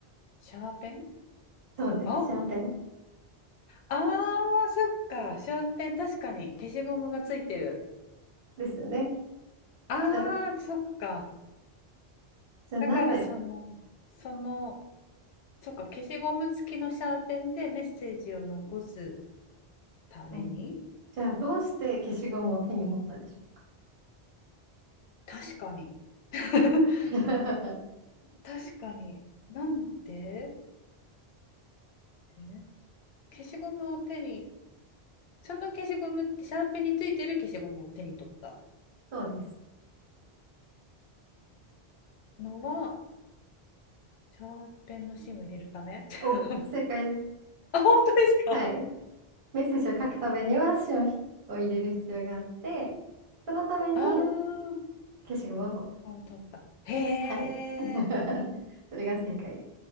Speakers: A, on the left; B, on the right.
A: シャーペン
B: そうです。
A: あ、
B: シャーペン
A: あー、そっか、シャーペン、確かに消しゴムがついてる。
B: ですよね。
A: あー、
B: じゃあ、
A: そっか。
B: じゃあなぜ
A: だからその、その、そっか、消しゴム付きのシャーペンでメッセージを残すために
B: はい。じゃあ、どうして消しゴムを手に持ったでしょ
A: 確かに。<laughs>
B: うか <laughs>
A: 確かに。なんでで消しゴムを手に、その消しゴムって、シャーペンについてる消しゴムを手に取った
B: そうです。
A: のは、長編の芯を入れるため <laughs>
B: お、正解です。
A: あ、本当ですか
B: はい。メッセージを書くためには芯をひを入れる必要があって、そのために
A: あ
B: 消しゴムを取っ
A: あ、もう取った。へえ。
B: た。はい。<laughs> それが正解で